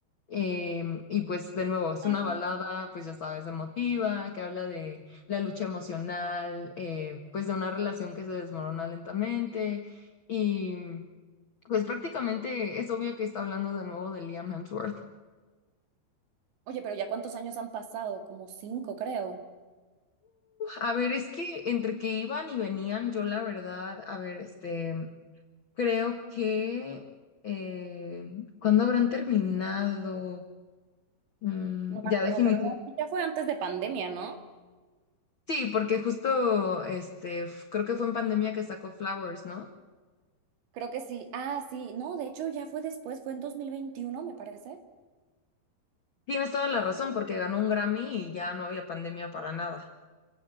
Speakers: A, on the left; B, on the right.
A: eh, y pues de nuevo, es
B: Ok.
A: una balada, pues ya sabes, emotiva, que habla de la lucha emocional, eh, pues de una relación que se desmorona lentamente. Y pues prácticamente es obvio que está hablando de nuevo de Liam Hemsworth.
B: Oye, pero ya cuántos años han pasado, como cinco, creo.
A: A ver, es que entre que iban y venían, yo la verdad, a ver, este. Creo que eh, ¿cuándo habrán terminado? Mm,
B: No me
A: ya
B: acuerdo,
A: definitivamente.
B: pero no, sí, ya fue antes de pandemia, ¿no?
A: Sí, porque justo este, f- creo que fue en pandemia que sacó Flowers, ¿no?
B: Creo que sí. Ah, sí, no, de hecho ya fue después, fue en 2021, me parece.
A: Tienes toda la razón, porque ganó un Grammy y ya no había pandemia para nada.